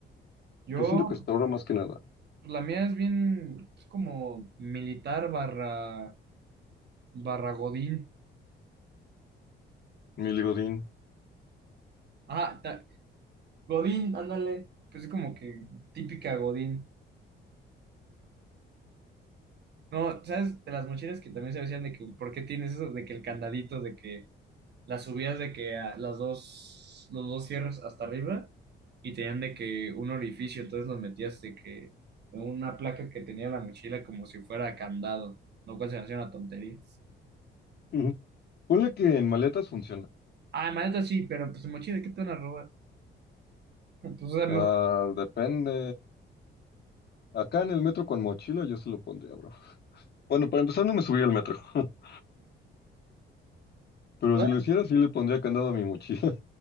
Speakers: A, on the right (about 55°); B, on the left (about 55°).
A: Yo
B: Yo siento que hasta ahora más que nada.
A: Pues La mía es bien, es como militar barra, barra Godín.
B: Mi ligodín.
A: Ah, ta- Godín, ándale. Pues es como que típica Godín. No, ¿sabes? De las mochilas que también se decían de que, ¿por qué tienes eso? De que el candadito, de que las subías de que a las dos, los dos cierras hasta arriba y tenían de que un orificio, entonces los metías de que una placa que tenía la mochila como si fuera candado, lo cual se me hacía una tontería.
B: Ujú. Ponle que en maletas funciona.
A: Ah, maleta sí, pero pues mochila, ¿qué te van a robar? <laughs> Entonces,
B: Ah, depende. Acá en el metro con mochila yo se lo pondría, bro. Bueno, para empezar no me subiría al metro. <laughs> Pero
A: Ah,
B: si lo hiciera, sí le pondría candado a mi mochila.